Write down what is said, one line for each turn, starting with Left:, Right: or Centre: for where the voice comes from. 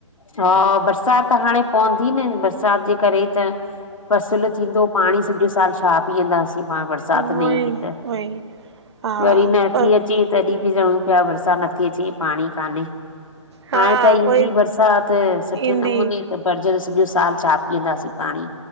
Left: हा बरसाति त हाणे पवंदी न, बरसाति जे करे त फसुलु थींदो, पाणी सॼो साल छा पीअंदासीं प बरसात
Right: उहोई
Left: न ईंदी
Right: उहोई
Left: त,
Right: हा
Left: वरी नथी
Right: पर
Left: अचे तॾीं बि चऊं पिया बरसाति नथी अचे, पाणी काने,
Right: हा
Left: हाणे त
Right: उहोई
Left: ईंदी बरसाति त सुठे
Right: ईंदी
Left: नमूने त बरजर सॼो साल छा पीअंदासीं पाणी